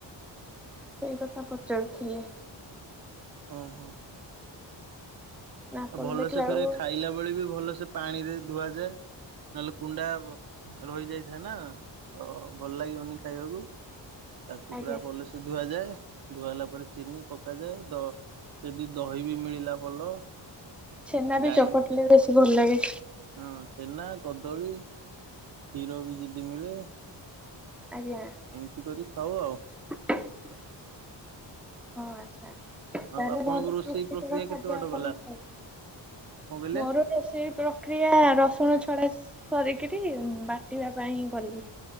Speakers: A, in the centre; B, on the right (about 50°).
A: ସେଇ କଥା ପଚାରୁଥିଲି
B: ଉହୁଁ
A: ନା ଆପଣ
B: ଆଉ ଭଲସେ
A: ଦେଖିଲା ବେଳକୁ
B: ଫେରେ ଖାଇଲା ବେଳେ ବି ଭଲସେ ପାଣିରେ ଧୁଆଯାଏ ନହେଲେ କୁଣ୍ଡା ରହି ଯାଇଥାଏ ନା ତ ଭଲ ଲାଗିବନି ଖାଇବାକୁ ତାକୁ
A: ଆଜ୍ଞା
B: ପୁରା ଭଲସେ ସେ ଧୁଆଯାଏ ଧୁଆ ହେଲା ପରେ ଚିନି ପକାଯାଏ ଦ ଯଦି ଦହି ବି ମିଳିଲା ଭଲ
A: ଛେନା ବି
B: ଗାଈ
A: ଚକୋଟିଲେ ବେଶୀ ଭଲ ଲାଗେ
B: ହଁ ଛେନା କଦଳୀ କ୍ଷୀର ବି ଜିଦି ମିଳେ
A: ଆଜ୍ଞା
B: ତି କରି ଖାଉ ଆଉ
A: ହ <unintelligible> ହଁ ଆଚ୍ଛା ତାହେଲେ
B: ଆଉ ଆପଣଙ୍କ
A: ଭଲ
B: ରୋଷେଇ
A: ରୁଚିକର
B: ପ୍ରକ୍ରିୟା
A: ଖାଦ୍ୟ
B: କେତେ ବାଟ
A: ଆପଣ
B: ଗଲା
A: ଖାଇ
B: କଣ କହିଲେ?
A: ମୋର ରୋଷେଇ ପ୍ରକ୍ରିୟା ରସୁଣ ଛଡା ସରିକିରି ବାଟିବା ପାଇଁ ଗଲି